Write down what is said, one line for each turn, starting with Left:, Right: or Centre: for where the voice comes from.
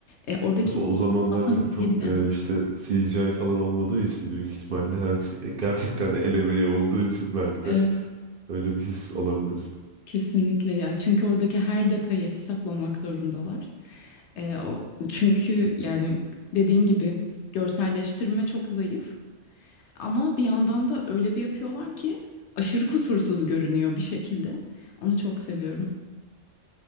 Left: E, oradaki
Right: Tabii o zamanlar
Left: matematiği
Right: tabii çok
Left: de
Right: e, işte CGI falan olmadığı için büyük ihtimalle her şey e, gerçekten el emeği olduğu için belki de
Left: evet,
Right: öyle bir his olabilir.
Left: kesinlikle ya çünkü oradaki her detayı hesaplamak zorundalar. E, o, çünkü yani dediğin gibi görselleştirme çok zayıf ama bir yandan da öyle bir yapıyorlar ki aşırı kusursuz görünüyor bir şekilde. Onu çok seviyorum.